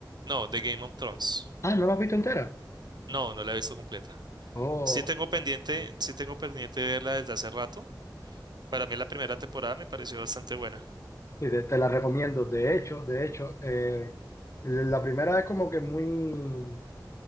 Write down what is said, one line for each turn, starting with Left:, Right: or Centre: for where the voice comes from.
Right: No, de Game of Thrones.
Left: Ah, ¿no la has visto entera?
Right: No, no la he visto completa.
Left: Oh.
Right: Sí tengo pendiente, sí tengo pendiente verla desde hace rato. Para mí la primera temporada me pareció bastante buena.
Left: Y de- te la recomiendo. De hecho, de hecho, eh, la primera es como que muy, o